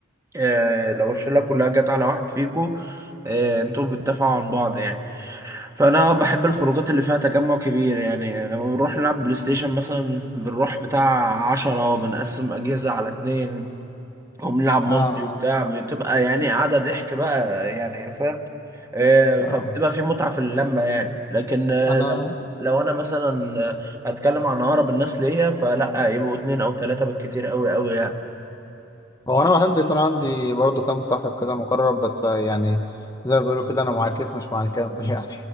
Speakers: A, on the right (about 15°); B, on the left (about 20°).
A: آه، لو الشلة كلها جت على واحد فيكو آه، انتوا بتدافعوا عن بعض يعني فانا آه، بحب الخروجات اللي فيها تجمع كبير يعني يعني لما بنروح نلعب بلاي ستيشن مثلا بنروح بتاع عشرة وبنقسم اجهزة على اتنين وبنلعب مالتي
B: اه آه،
A: وبتاع بتبقى يعني قاعدة ضحك بقى يعني فاهم آه،
B: تمام
A: فبتبقى في متعة في اللمة يعني لكن آه،
B: انا
A: لو لو انا مثلا آه، هتكلم عن اقرب الناس ليا فلا يبقوا اتنين او تلاتة بالكتير قوي قوي يعني
B: هو انا بحب يكون عندي برضو كام صاحب كده مقرب بس يعني زي ما بيقولوا كده انا مع الكيف مش مع الكام <laughs> يعني